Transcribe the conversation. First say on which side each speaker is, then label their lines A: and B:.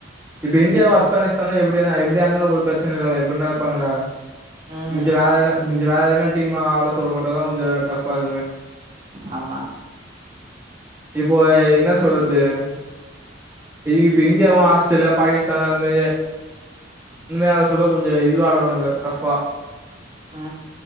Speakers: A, on the right; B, on the right.
A: இப்ப இந்தியாவு
B: ம்
A: ஆப்கானிஸ்தானு எப்புடிலா எப்டி ஆட்னாலு ஒரு பிரச்சன இல்ல எப்டின்னா இருப்பாங்கடா
B: ம்
A: மிச்சோ வேற எதனா மிச்சோ வேற எதனா டீம் ஆட சொல்ல மட்டுதா கொஞ்சோ டஃப்பா இருக்குமே
B: ஆமா
A: இப்போய் என்ன சொல்லுது இப்ப இந்தியாவு ஆஸ்திரேலியா பாகிஸ்தானு அதுமேரி இனிமேயார சொல்லு கொஞ்சோ இதுவா ஆடுவானுங்க டஃபா
B: ஆ